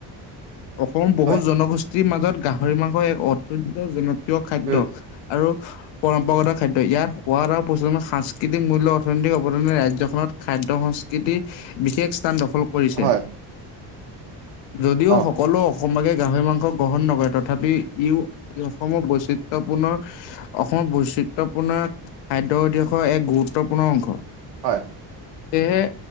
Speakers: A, on the left; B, on the right.
A: অসমৰ বহু
B: হয়
A: জনগোষ্ঠীৰ মাজত গাহৰি মাংস এক অত্যন্ত জনপ্ৰিয় খাদ্য
B: উম
A: আৰু পৰম্পৰাগত খাদ্য। ইয়াত সোৱাদ আৰু প্ৰচলন সাংস্কৃতিক মূল্য অৰ্থনৈতিক অৱদানে ৰাজ্যখনত খাদ্য সংস্কৃতিৰ বিশেষ স্থান দখল কৰিছে।
B: হয়
A: যদিও
B: অ
A: সকলো অসমবাসীয়ে গাহৰি মাংস গ্ৰহণ নকৰে, তথাপি ইও-ই অসমৰ বৈচিত্ৰ ত পুনৰ অসমৰ বৈচিত্ৰপূৰ্ণ খাদ্যতিহাসৰ এক গুৰুত্বপূৰ্ণ অংশ।
B: হয়।
A: সেয়েহে